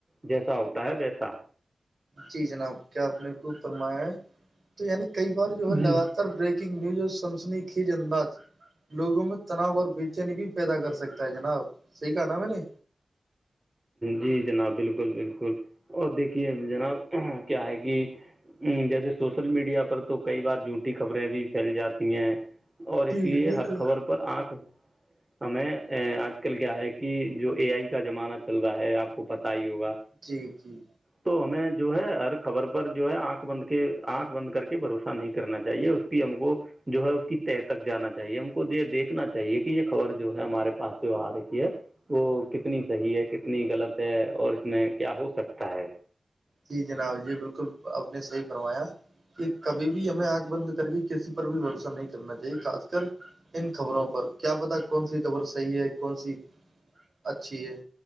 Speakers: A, on the right; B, on the right.
A: جیسا ہوتا ہے ویسا
B: جی جناب کیا آپ نے کو فرمایا ہے تو یعنی کئی بار جو ہے
A: جی
B: لگاتار بریک نگ نیوز سنسنی کج انداز لوگوں میں تناؤ اور بے چینی بھی پیدا کر سکے جناب صحی کہ نا میں نے
A: جی جناب بالکل بالکل اور دیکھیے جناب کیا ہے کہ جیسے سوشل میڈیا پر تو کئی بار جوٹی خبریں بھی پھیل جاتی ہیں اور اس
B: جی
A: لیے
B: بالکل
A: ہر خبر پر آنکھ ہمیں آج کل کیا ہے کہ جو اے آئی کا زمانہ چل رہا ہے آپ کو پت ہی ہو
B: جی جی
A: تو ہمیں جو ہے ہر خبر پر جو ہے آنکھ بند کے آنکھ بند کر کے بھروسہ نہیں کرنا چاہیے اس کی ہم کو جو ہے اس کی طے تک جانا چاہیے ہم کو یہ دیکھنا چاہیے کہ یہ خبر جو ہے ہمارے پاس جو آ رہی ہے وہ کتنی صحیح ہے کتنی غلط ہے اور اس میں کیا ہو سکتا ہے
B: جی جناب یہ بالکل آپ نے صحیح فرمایا کہ کبھی بھی ہمیں آنکھ بند کر کے کسی پر بھی بھروسہ نہیں کرنا چاہیے خاص کر ان خبروں پر کیا پتا کون سی خبر صحیح ہے کون سی اچھی ہے